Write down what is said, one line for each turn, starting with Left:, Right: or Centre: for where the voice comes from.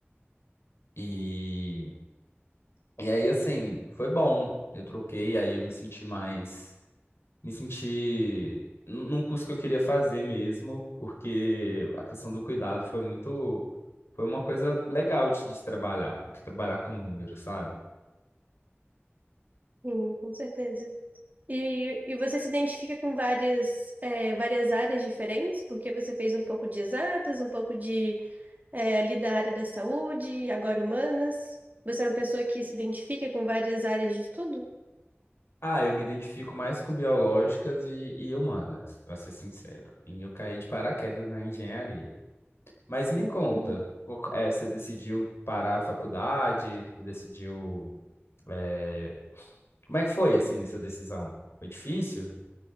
Left: E, e aí, assim, foi bom. Eu troquei, aí eu me senti mais. Me senti num num curso que eu queria fazer mesmo, porque a questão do cuidado foi muito. Foi uma coisa legal de, de se trabalhar, do que trabalhar com números, sabe?
Right: Sim, com certeza. E, e você se identifica com várias, é, várias áreas diferentes, porque você fez um pouco de exatas, um pouco de é, ali da área da saúde, agora humanas. Você é uma pessoa que se identifica com várias áreas de estudo?
Left: Ah, eu me identifico mais com biológicas e, e humanas, para ser sincero. E eu caí de paraquedas na engenharia. Mas me
Right: Entendo.
Left: conta, co- eh, você decidiu parar a faculdade? Você decidiu. eh, Como é que foi, assim, essa decisão? Foi difícil?